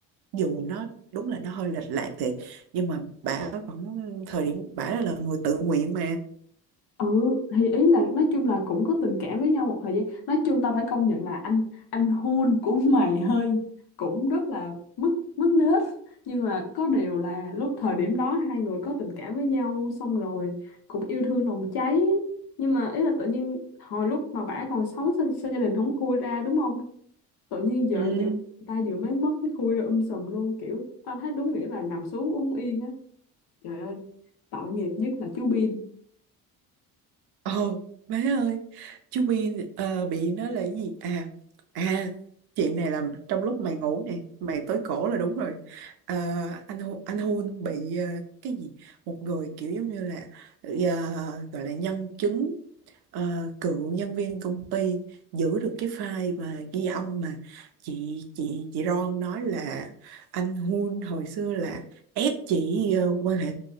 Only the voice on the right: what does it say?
dù nó đúng là nó hơi lệch lạc thiệt nhưng mà bả vẫn thời điểm bả là người tự nguyện mà
ừ
ồ má ơi chú Bin ờ, bị nó là cái gì à à chuyện này là trong lúc mày ngủ nè mày tới cổ là đúng rồi Ờ, anh Hu- anh Hun bị ờ, cái gì một người kiểu giống như là ờ, gọi là nhân chứng ờ, cựu nhân viên công ty giữ được cái file mà ghi âm mà chị chị chị Ron nói là anh Hun hồi xưa là ép chị ờ, quan hệ